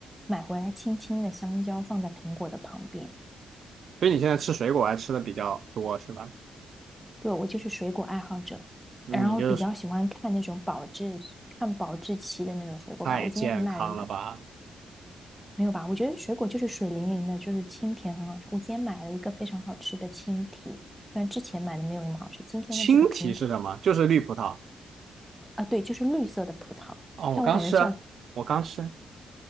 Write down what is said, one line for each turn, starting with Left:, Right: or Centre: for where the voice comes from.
Centre: 买回来青青的香蕉放在苹果的旁边。
Right: 所以你现在吃水果还吃的比较多是吧？
Centre: 对，我就是水果爱好者，
Right: 你就是
Centre: 然后比较喜欢看那种保质看保质期的那种水果吧。
Right: 太健康了吧？
Centre: 我今天还买了一个。没有吧？我觉得水果就是水灵灵的，就是清甜很好吃。我今天买了一个非常好吃的青提，虽然之前买的没有那么好吃，今天的这个品
Right: 青提是什么？就是绿葡萄。
Centre: 啊，对，就是绿色的葡萄。
Right: 哦，我刚吃啊我刚吃，
Centre: 但我感觉像，